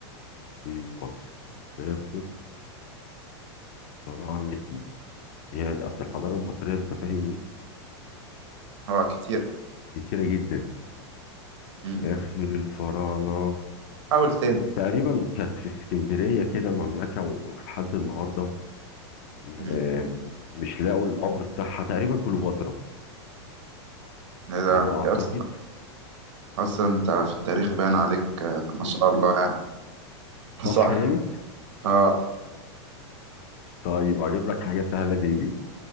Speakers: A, on the left; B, on the right.
A: في مصر اخر فراعنه مصر يا ده اصل الحضاره المصريه انت فاهم ايه
B: هو كتير
A: كتيره جدا
B: مم.
A: اخر الفراعنه
B: حاول تهبط
A: تقريبا كانت في اسكندريه كده مملكه ولحد النهارده م-
B: مم.
A: آه، مش لاقوا القبر بتاعها تقريبا كليوباترا
B: ايه ده
A: على ما
B: يا
A: اعتقد
B: اسطى اصلا انت في التاريخ باين عليك آه، ما شاء الله يعني <laughs>
A: صح
B: صح
A: يعني
B: اه
A: طيب اجيب لك حاجه سهله زي دي